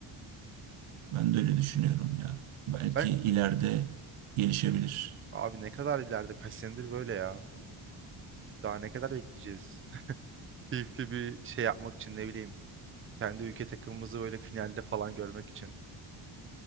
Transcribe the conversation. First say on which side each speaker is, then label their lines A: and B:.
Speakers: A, on the right (about 80°); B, on the right (about 25°).
A: Ben de öyle düşünüyorum ya. Belki
B: Ben
A: ileride gelişebilir.
B: abi ne kadar ileride kaç senedir böyle ya. Daha ne kadar bekleyeceğiz? <laughs> Keyifli bir şey yapmak için ne bileyim. Kendi ülke takımımızı böyle finalde falan görmek için.